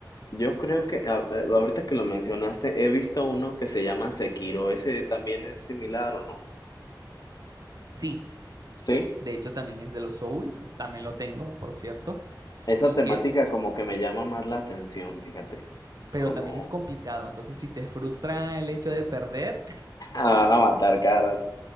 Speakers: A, on the left; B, on the right.
A: Yo creo que a- a- ahorita que lo mencionaste, he visto uno que se llama Sekiro. ¿Ese también es similar o no?
B: Sí,
A: Sí.
B: de hecho también es de los Soul, también lo tengo, por cierto,
A: Esa
B: y
A: temática
B: es,
A: como que me llama más la atención, fíjate.
B: pero
A: Como
B: también es complicado, entonces si te frustra el hecho de perder,
A: Me van a matar cada rato.